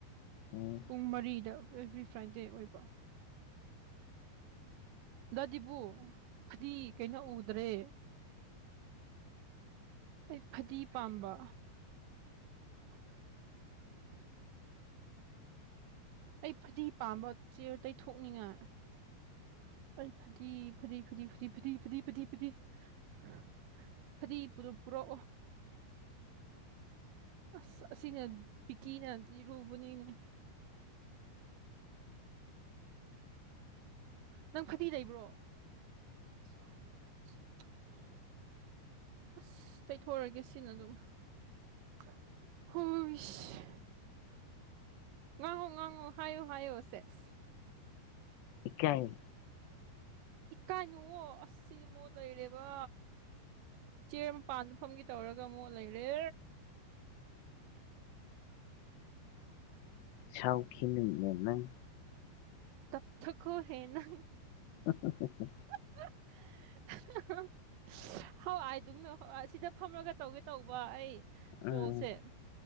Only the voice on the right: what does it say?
ꯄꯨꯡ ꯃꯔꯤꯗ ꯑꯦꯕ꯭ꯔꯤ ꯐ꯭ꯔꯥꯏꯗꯦ ꯑꯣꯏꯕ ꯗꯥꯗꯤꯕꯨ ꯐꯗꯤ ꯀꯩꯅꯣ ꯎꯗ꯭ꯔꯦ ꯑꯩ ꯐꯗꯤ ꯄꯥꯝꯕ <inaudible> ꯑꯩ ꯐꯗꯤ ꯄꯥꯝꯕ ꯆꯤꯌꯔ ꯇꯩꯊꯅꯤꯡꯉ ꯑꯩ ꯐꯗꯤ ꯐꯗꯤ ꯐꯗꯤ ꯐꯗꯤ ꯐꯗꯤ ꯐꯗꯤ ꯐꯗꯤ ꯫ ꯐꯗꯤ ꯄꯨꯔꯛꯄꯔꯣ ꯑꯁ ꯑꯁꯤꯅꯦ ꯕꯤꯀꯤꯅꯗꯤ ꯏꯔꯨꯕꯅꯤꯅꯦ ꯅꯪ ꯐꯗꯤ ꯂꯩꯕ꯭ꯔꯣ <unintelligible> ꯑꯁ ꯇꯩꯊꯣꯛꯑꯒꯦ ꯁꯤꯅ ꯑꯗꯨꯝ ꯍꯨꯏꯁ ꯉꯥꯡꯉꯣ ꯉꯥꯡꯉꯣ ꯍꯥꯏꯌꯣ ꯍꯥꯏꯌꯣ ꯁꯦꯁ
ꯏꯀꯥꯏꯅꯨꯑꯣ ꯑꯁ ꯁꯤꯗꯤ ꯃꯣꯠ ꯂꯩꯔꯦꯕ ꯆꯦꯌꯔ ꯃꯄꯥꯟꯗꯐꯝꯒꯤ ꯇꯧꯔꯒ ꯑꯃꯨꯛ ꯂꯩꯔꯦ
ꯇꯞꯊ ꯀꯣ ꯍꯦꯅ
<inaudible> ꯍꯣꯏꯥꯏꯗꯨꯅ ꯍ ꯁꯤꯗ ꯐꯝꯔꯒ ꯇꯧꯒꯦ ꯇꯧꯕ ꯑꯩ
ꯀꯣꯜꯁꯦ